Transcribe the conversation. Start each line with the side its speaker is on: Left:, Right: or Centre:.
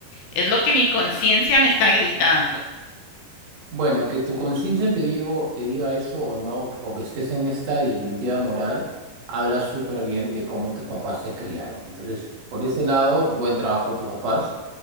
Left: es lo que mi conciencia me está gritando.
Right: Bueno, que tu conciencia te digo, te diga eso o no, o que estés en esta disyuntiva moral, habla súper bien de cómo tus papás te criaron. Entonces, por ese lado, buen trabajo de tus papás.